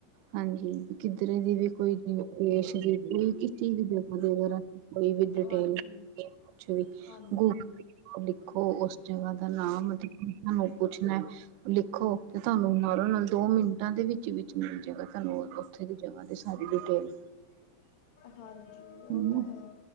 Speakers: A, on the right; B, on the left.
A: ਹਾਂਜੀ ਕਿੱਧਰੇ ਦੀ ਵੀ ਕੋਈ ਦੇਸ਼, ਵਿਅਕਤੀ, ਕਿਸੀ ਚੀਜ ਵਗੈਰਾ ਕੋਈ ਵੀ ਡਿਟੇਲ
B: ਹਾਂਜੀ
A: ਵਗੈਰਾ ਕੁੱਛ ਵੀ,
B: ਹਾਂਜੀ
A: ਗੋਲ
B: ਹਾਂਜੀ
A: ਲਿਖੋ ਉਸ ਜਗ੍ਹਾ ਦਾ ਨਾਮ ਤੇ ਹੋਰ ਕੁੱਛਣਾ ਲਿ ਖੋ ਤੇ ਤੁਆਨੂੰ ਨਾਲੋਂ-ਨਾਲ ਦੋ ਮਿੰਟਾਂ ਦੇ ਵਿੱਚ-ਵਿੱਚ ਮਿਲ ਜੇਗਾ ਤੁਆਨੁੰ ਉੱਥੇ ਦੀ ਜਗ੍ਹਾ ਤੇ ਸਾਰੀ ਡਿਟੇਲ।
B: ਹਾਂਜੀ,
A: ਹੂੰ,
B: ਓ ਤਾਂ ਹੈ